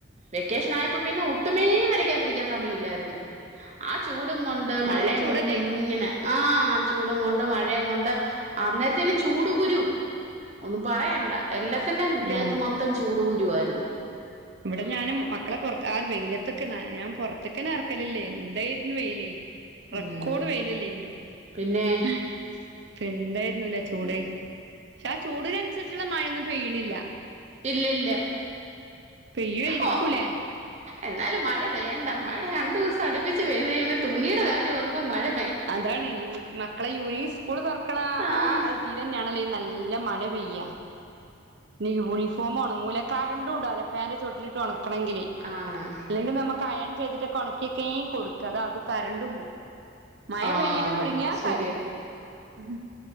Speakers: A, on the right; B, on the right.
A: വെക്കേഷൻ ആയപ്പോ പിന്നെ ഒട്ടുമേ വരയ്ക്കാതിരിക്കാൻ സമയം ഇല്ലായിരുന്നു ആ ചൂടും കൊണ്ട്
B: നല്ല
A: മഴയും
B: ചൂടല്ലേന്നോ
A: കൊണ്ട് ഇങ്ങനെ ആ ചൂടും കൊണ്ട് മഴ ഴയും കൊണ്ട് അന്നേരത്തേനും ചൂട് കുരും ഒന്നും പറയണ്ട എല്ലത്തിൻൻ്റെൻ്റെം
B: ഞാൻ
A: ദേഹത്ത് മൊത്തം ചൂട് കുരുവായിരുന്നു
B: ഇവിടെ ഞാനും മക്കളെ പുറത്ത് ആ വെയിലത്തക്കെ ഞാൻ പുറത്തക്കനെ ഇറക്കലല്ലേ ന്തായിരുന്നു വെയിലേ റെക്കോർഡ്
A: ഉം
B: വെയിലലേനോ
A: പിന്നെ
B: അഹ പിന്നെ ന്നലെ ചൂട്
A: ഉം
B: ക്ഷെ ആ ചൂടിനനുസരിച്ചുള്ള മഴയൊന്നും പെയ്യി ണില്ല.
A: ഇല്ലല്ല
B: പെയ്യുമായിരിക്കൂലേ
A: ഓ എന്നാലും മഴ പെയ്യാൻണ്ട മഴ രണ്ടുസം അടുപ്പിച്ച് പെയ്ത് ക്കഴിയുമ്പം തുണിയുടെ കാര്യംഓർക്കുമ്പഴ്
B: അതാണ് യൂ മക്കളെ യൂണി സ്കൂൾ തുറക്കണ
A: ആഹ്
B: ആതീലെന്നെ ണല്ലേൽ നല്ല മഴ പെയ്യ നി യൂണഫോം ഉണങ്ങൂല കരണ്ടുണ്ടാവുല്ല ഫൻന്റെ ചോട്ടിൽട്ട് ഉണക് ണെങ്കില്
A: ആഹ്
B: ല്ലെങ്കിൽ നമുക്ക് അയൺ ചെയ്തിട്ട് കൊണക്കെക്കേ ഉം കൊടുക്ക താ അത് കറണ്ടും പോകും. മഴ
A: ആഹ്
B: പെയ്യല് തുടങ്ങിയാ
A: ശരിയാ
B: കരണ്ട് പോവും